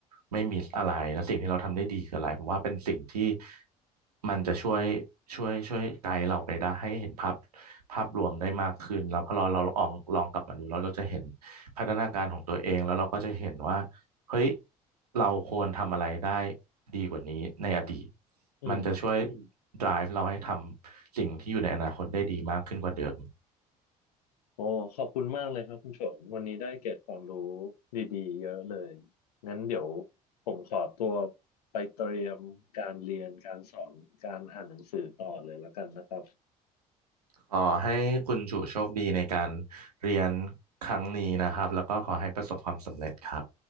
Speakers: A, on the right; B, on the left.
A: ไม่มิสอะไรแล้วสิ่งที่เราทำได้ดีคืออะไรผมว่าเป็นสิ่งที่
B: อืม
A: มันจะช่วยช่วยช่วยไกด์เราไปได้ให้เห็นภาพภาพรวมได้มากขึ้นแล้วพอเราเราลองลองกลับมาดูเราก็จะเห็นพัฒนาการของตัวเองแล้วเราก็จะเห็นว่าเฮ้ยเราควรทำอะไรได้ดีกว่านี้ในอดีต
B: อืม
A: มันจะช่วยอืม drive เราให้ทำสิ่งที่อยู่ในอนาคตได้ดีมากขึ้นกว่าเดิม
B: โอ้ขอบคุณมากเลยครับคุณชงวันนี้ได้เกร็ดความรู้ดีๆเยอะเลยงั้นเดี๋ยวผมขอตัวไปเตรียมการเรียนการสอนการอ่านหนังสือต่อเลยแล้วกันนะครับ
A: ขอให้คุณชูโชคดีในการเรียนครั้งนี้นะครับแล้วก็ขอให้ประสบความสำเร็จครับ